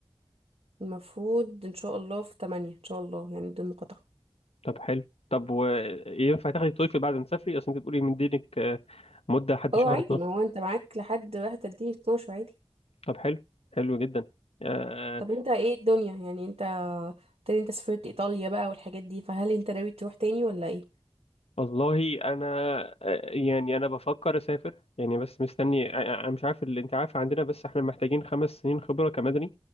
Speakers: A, on the right; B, on the left.
A: المفروض ان شاء الله في 8 ان شاء الله يعني بدون مقاطعة
B: طب حلو طب وينفع تاخدي تويفل بعد ما تسافري اصل انت بتقولي من دينك آه، مدة لحد
A: اه
B: شهر
A: عادي
B: 12
A: ما هو انت معاك لحد 31 12 عادي
B: طب حلو حلو جدا آه،
A: طب انت ايه الدنيا يعني انت تاني انت سافرت ايطاليا بقى والحاجات دي فهل انت ناوي تروح تاني ولا ايه
B: والله انا آه، يعني انا بفكر اسافر يعني بس مستني آه، آه، انا مش عارف اللي انت عارف عندنا بس احنا محتاجين خمس سنين خبره كمدني